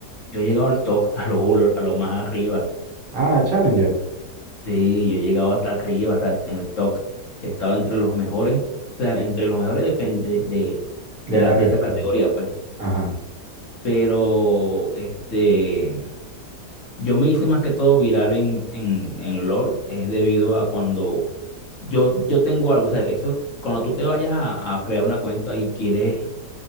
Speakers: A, on the left; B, on the right.
A: Yo he llegado al top, a lo, a lo más arriba.
B: Ah, Challenger,
A: Sí, yo he llegado hasta arriba, o sea, en el top. He estado entre los mejores, o sea, entre los mejores depende de,
B: de
A: de, la,
B: la
A: de
B: región.
A: esa categoría, pues.
B: Ajá.
A: Pero, este. Yo me hice más que todo viral en, en, en LOL, es debido a cuando yo, yo tengo algo, o sea, eso, cuando tú te vayas a, a crear una cuenta y quieres